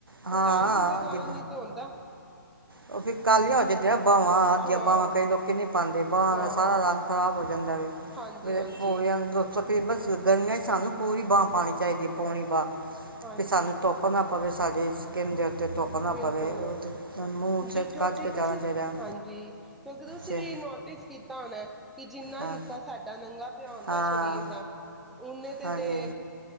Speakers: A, on the right; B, in the centre.
A: ਹਾਂ
B: ਉਹ ਟੈਨਿੰਗ ਦੇ ਕਾਰਨ
A: ਦੀ
B: ਹੀ ਤੇ ਹੁੰਦਾ।
A: ਉਹ ਫ ਕਾਲੀਆਂ ਹੋ ਜਾਂਦੀਆਂ। ਬਾਵਾਂ ਅੱਧੀਆਂ
B: ਹਾਂ
A: ਬਾਵਾਂ ਕਈ ਲੋਕੀ ਨਹੀਂ ਪਾਉਂਦੇ ਬਾਵਾਂ
B: ਹਾਂ
A: ਦਾ ਸਾਰਾ ਰੰਗ ਖਰਾਬ ਹੋ ਜਾਂਦਾ ਏ
B: ਹਾਂਜੀ ਹਾਂਜੀ
A: ਹੋ ਜਾ ਤਕਰੀਬਨ ਸਾਨੂ ਗਰਮੀਆਂ ਚ ਪੂਰੀ ਬਾਂਹ ਪਾਉਣੀ ਚਾਹੀਦੀ ਪੌਣੀ ਬਾਂਹ
B: ਹਾਂਜੀ
A: ਕਿ ਸਾਨੂੰ ਤੋਪ ਨਾ ਪਵੇ ਸਾਡੇ ਕਿੰਜ ਦੇ ਉੱਤੇ ਧੁੱਪ ਨਾ
B: ਬਿਲਕੁਲ
A: ਪਵੇ ਉਹ ਤੇ ਮੂੰਹ ਸਿਰ
B: ਜੇ ਕਿਉਂਕਿ
A: ਕੱਜ ਕੇ ਜਾਣਾ
B: ਤੁਸੀਂ
A: ਚਾਹੀਦਾ ਹੈ
B: ਹਾਂਜੀ ਕਿਉਂਕਿ ਤੁਸੀਂ
A: ਸੇ
B: ਵੀ ਨੋਟਿਸ ਕੀਤਾ ਹੋਣ <inaudible> ਕਿ ਜਿੰਨਾ
A: ਹਾਂ
B: ਹਿੱਸਾ ਸਾਡਾ ਨੰਗਾ ਪਉਂਦਾ
A: ਹਾਂ
B: ਸਰੀਰ ਦਾ ਉਨੇ ਤੇ
A: ਹਾਂਜੀ
B: ਤੇ